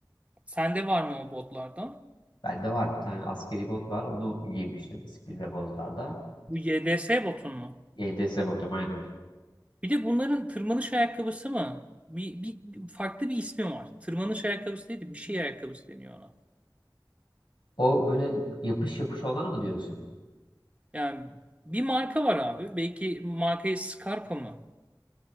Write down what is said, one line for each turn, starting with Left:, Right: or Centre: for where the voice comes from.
Right: Sende var mı o botlardan?
Left: Bende var bir tane askeri bot var. Onu giymiştim Spil ve Bozdağ'da.
Right: Bu YDS botun mu?
Left: EDS botum aynen.
Right: Bir de bunların tırmanış ayakkabısı mı? Bir, bir farklı bir ismi var. Tırmanış ayakkabısı değil de bir şey ayakkabısı deniyor ona.
Left: O böyle yapış yapış olanı mı diyorsun?
Right: Yani bir marka var abi. Belki markayı Scarpa mı?